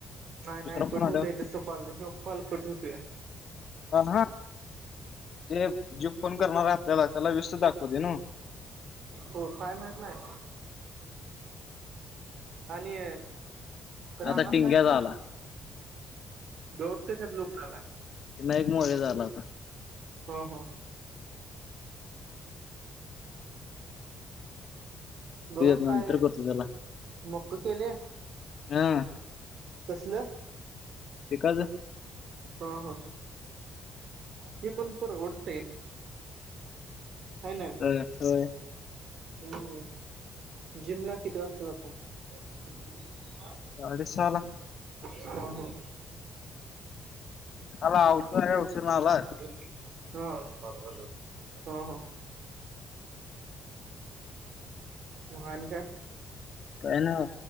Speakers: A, on the right (about 65°); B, on the left (about 55°).
A: नाय नाय
B: दुसरा
A: कट
B: फोन
A: होतय
B: आल्यावर
A: जसं कॉल ह्यो कॉल कट होतोया.
B: पण हा जे जे फोन करणार हाय आपल्याला त्याला व्यस्त दाखवतय ना.
A: हो काय माहित नाय. आणि रानात
B: आता टिंग्याचा
A: काय
B: आला
A: देओत कशात लोकाला
B: ते नाएक मध्ये झाला होता.
A: हा हा गवत
B: नंतर
A: काय
B: करतो त्याला
A: मक केले.
B: हा
A: कसलं?
B: बिकॉज
A: हा हा ते पण परवडतय. हाय ना
B: होय होय.
A: हम्म जिम ला किती वाजता जातोय.
B: साडे सहाला
A: हा हा
B: त्याला आवदा हाय औषद हुन आलाय <unintelligible>
A: फोन घे हं हं हं आल्या वरती मं आणि काय?
B: काय नाय बा